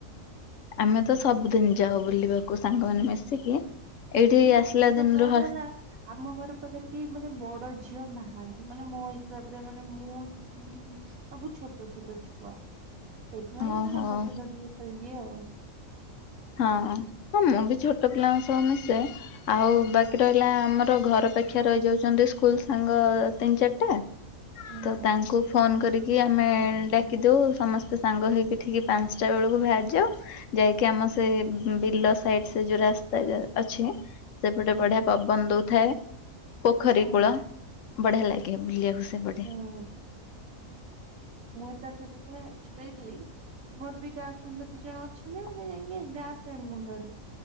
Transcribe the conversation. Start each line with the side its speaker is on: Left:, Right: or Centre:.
Left: ଆମେ ତ ସବୁଦିନି ଯାାଉ ବୁଲିବାକୁ ସାଙ୍ଗମାନେ ମିଶିକି ଏଇଠି
Right: ଆକ୍ଚୁଆଲି
Left: ଆସିଲା
Right: ଦିଦି ସତ
Left: ଦିନରୁ
Right: କଥା ହେଲା ଆମ ଘର ପାଖରେ କେହି ମାନେ ବଡ ଝିଅ ନାହାନ୍ତି ମାନେ ମୋ ହିସାବରେ ମାନେ ମୁଁ ଉଁଁ ସବୁ ଛୋଟ ଛୋଟ ଛୁଆ ସେଇଥିପାଇଁ
Left: ଓହୋ
Right: ତାଙ୍କ ସହିତ ଟିକେ ଖେଳି ଦିଏ ଆଉ
Left: ହଁ ହଁ ମୁଁ ବି ଛୋଟ ପିଲାଙ୍କ ସହ ମିଶେ ଆଉ ବାକି ରହିଲା ଆମର ଘର ପାଖିଆ ରହି ଯାଉଛନ୍ତି ସ୍କୁଲ ସାଙ୍ଗ ତିନି ଚାରିଟା
Right: ହୁଁ
Left: ତ ତାଙ୍କୁ ଫୋନ କରିକି ଆମେଡା ଦଉ ସମସ୍ତେ ସାଙ୍ଗ ହେଇକି ଠିକ୍ ପାଞ୍ଚଟା ବେଳକୁ ବାହାରି ଯାଉ ଯାଇକି ଆମ ସେ ବିଲ ସାଇଡ ସେ ଯୋଉ ରାସ୍ତା ଅଛି ସେପଟେ
Right: ହୁଁ
Left: ବଢିଆ ପବ ବନଦଉଥାଏ ପୋଖରୀ
Right: ହୁଁ
Left: କୂଳ ବଢିଆ ଲାଗେ ବୁଲିବାକୁ ସେ ପଟେ
Right: ହଁ ମୁଁ ଏତବେଳେ ଛୋଟ ଥାଏ ଏ ଛୁଟ ହେଇଥିଲି ମୋର ବି ଗାଁ ସାଙ୍ଗ ଦି ଜଣ ଅଛନ୍ତି ମାନେ ଯାଇକି ଗାଁ ସେ ମୁଣ୍ଡରେ